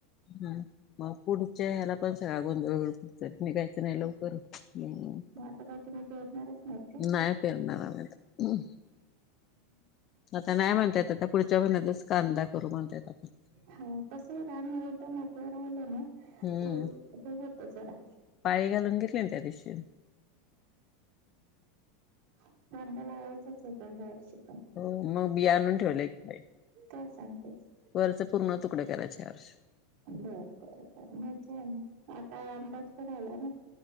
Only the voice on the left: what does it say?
हा मग पुढच्या ह्याला पण सगळा गोंधळ वळ पुढ मी काायचं नाही लवकर हम्म
नाही पेरणार आम्ही आता आता नाही म्हणता ययेत आता पुढच्या महिन्यातच कांदा करू म्हणता ययेत आपण
हम्म.
पाळी घालून घेतली त्या दिशी
हो मग बिया आणून ठेवलंय की बाई.
वरचे पूर्ण तुकडे करायचे या वर्ष